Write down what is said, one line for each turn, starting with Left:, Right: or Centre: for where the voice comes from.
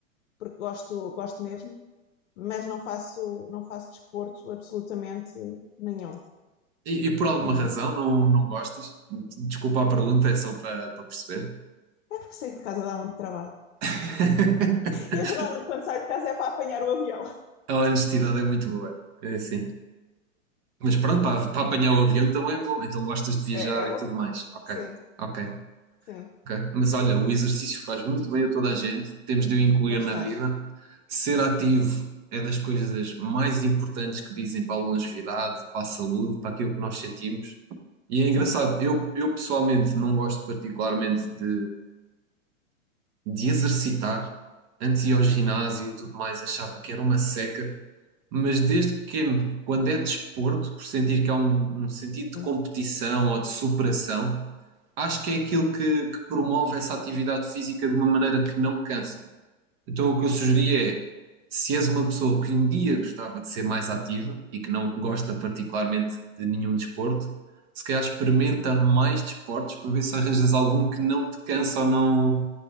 Left: porque gosto, gosto mesmo, mas não faço, não faço desporto absolutamente nenhum,
Right: E, e por alguma
Left: nenhum.
Right: razão não, não gostas? Desculpa a pergunta, é só para para perceber.
Left: É porque sair de casa dá muito trabalho.
Right: <laughs>
Left: E eu geralmente quando saio de casa é para apanhar o avião.
Right: A honestidade é muito boa, é assim. Mas pronto, para, para apanhar o avião também é bom. Então gostas de viajar
Left: É, é
Right: e
Left: bom?
Right: tudo mais. Ok,
Left: Sim,
Right: ok.
Left: sim.
Right: Ok? Mas olha, o exercício faz muito bem a toda a gente, temos de o incluir
Left: Pois
Right: na
Left: faz.
Right: vida. Ser ativo é das coisas mais importantes que dizem para a longevidade, para a saúde, para aquilo que nós sentimos. E é
Left: Sim.
Right: engraçado, eu, eu pessoalmente não gosto particularmente de, de exercitar. Antes ia ao ginásio e tudo mais, achava que era uma seca, mas desde pequeno, quando é desporto, por sentir que há um, um sentido de
Left: Hum,
Right: competição ou de superação acho que é aquilo que, que promove essa atividade física de uma maneira que não cansa. Então, o que eu sugeria é, se és uma pessoa que um dia gostava de ser mais ativa e que não gosta particularmente de nenhum desporto, se calhar experimenta mais desportos para ver se arranjas algum que não te cansa ou não,